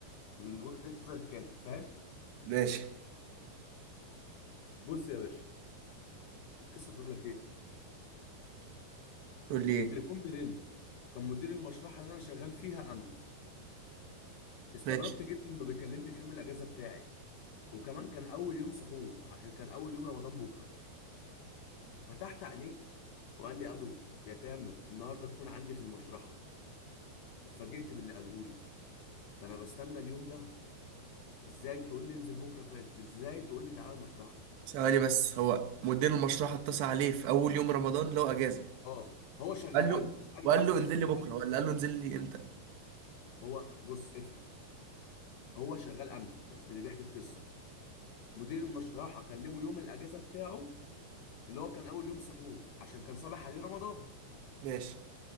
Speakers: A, on the left (about 85°); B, on the right (about 80°).
A: من وجهه نظر الكاتب فاهم
B: ماشي
A: بص يا باشا القصه بتقول لك ايه
B: تقول لي
A: التليفون
B: ايه؟
A: بيرن كان مدير المشرحة اللي أنا شغال فيها أمن استغربت
B: ماشي
A: جدا إنه بيكلمني في يوم الأجازة بتاعي وكمان كان أول يوم سحور عشان كان أول يوم رمضان بكرة فتحت عليه وقال لي ألو يا تامر النهاردة تكون عندي في المشرحة اتفاجئت باللي قالهولي ده أنا بستنى اليوم ده إزاي تقول لي انزل بكرة فات إزاي تقول لي تعالى المشرحة
B: ثواني بس هو مدير المشرحة اتصل عليه في أول يوم رمضان لو أجازة
A: آه هو شغال
B: قال
A: أمن
B: له
A: صاحب
B: وقال
A: القصة
B: له انزل
A: شغال
B: لي بكرة
A: أمن
B: ولا قال له انزل لي امتى؟
A: هو بص افهم هو شغال أمن اللي بيحكي القصة مدير المشرحة كلمه يوم الأجازة بتاعه اللي هو كان اول يوم سحور عشان كان صباح عليه رمضان
B: ماشي